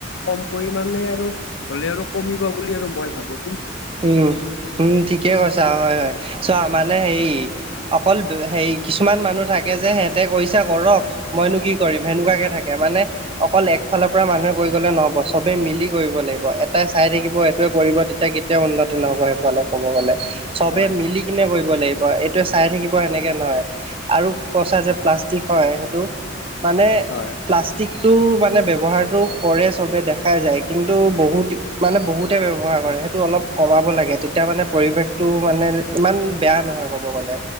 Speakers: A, on the left; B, on the right.
A: কম পৰিমণে আৰু হ'লে আৰু কমিব বুলি আৰু মই ভাবোঁ।
B: উম, উম ঠিকে কৈছা, হয়, হয়। চোৱা, মানে হেৰি অকল হেৰি কিছুমান মানুহ থাকে যে সিহঁতে কৰিছে, কৰক। মইনো কি কৰিম, সেনেকুৱাকে থাকে মানে অকল একফালৰ পৰা মানুহে কৰি গ'লে নহ'ব। সবে মিলি কৰিব লাগিব। এটাই চাই থাকিব, এইটোৱে কৰিব তেতিয়া কি কেতিয়াও উন্নতি নহয় সেফালে ক'ব গ'লে। সবে
A: হয়
B: মিলি কিনে কৰিব লাগিব। এইটো চাই থাকিব সেনেকে নহয়। আৰু কৈছা যে প্লাষ্টিক হয় সেইটো মানে
A: হয়
B: প্লাষ্টি ষ্টিকটো মানে ব্যৱহাৰটো কৰে সবে দেখাই যায়। কিন্তু বহুত মানে বহুতে ব্যৱহাৰ কৰে। টো অলপ কমাব লাগে, তেতিয়া মানে পৰিৱেশটো মানে ইমান বেয়া নহয় ক'ব গ'লে।